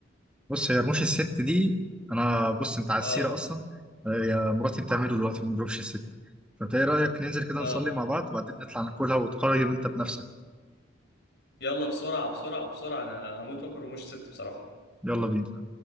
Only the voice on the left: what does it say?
اه
اه
يلا بسرعه بسرعه بسرعه انا هموت واكل رموش ست بصراحه